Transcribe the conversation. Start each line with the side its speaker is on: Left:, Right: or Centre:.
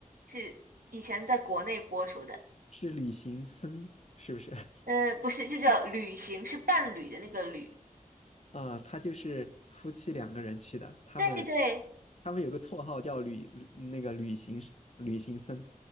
Right: 是以前在国内播出的。
Left: 是旅行僧是不是？<laughs>
Right: 呃，不是，就叫《旅行》，是伴侣的那个旅。
Left: 啊、他就是夫妻两个人去的，他们
Right: 对对。
Left: 他们有个绰号叫旅那个旅行旅行僧，